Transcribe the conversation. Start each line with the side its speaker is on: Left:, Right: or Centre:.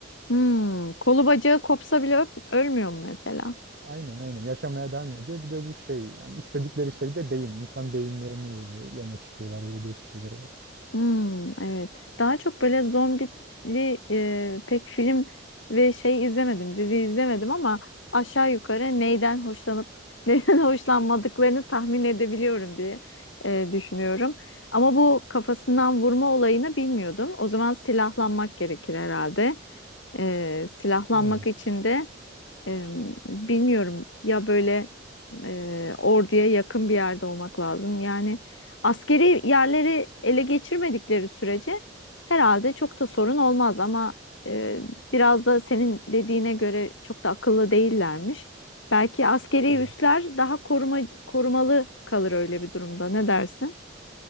Left: Hmm, kolu bacağı kopsa bile öp- ölmüyor mu mesela?
Right: Aynen aynen yaşamaya devam ediyor. Bir de bu şey yani istedikleri şey de beyin. İnsan beyinlerini böyle yemek istiyorlar. Öyle değişik şeyleri var.
Left: Hmm, evet. Daha çok böyle zombili e, pek film ve şey izlemedim, dizi izlemedim ama aşağı yukarı neyden hoşlanıp <laughs> neyden hoşlanmadıklarını tahmin edebiliyorum diye e, düşünüyorum. Ama bu kafasından vurma olayını bilmiyordum. O zaman silahlanmak gerekir herhalde. E, silahlanmak
Right: Yani
Left: için de Eee, bilmiyorum ya böyle eee, orduya yakın bir yerde olmak lazım. Yani askeri yerleri ele geçirmedikleri sürece herhalde çok da sorun olmaz ama eee, biraz da senin dediğine göre çok da akıllı değillermiş. Belki askeri
Right: yok ya.
Left: üsler daha koruma, korumalı kalır öyle bir durumda. Ne dersin?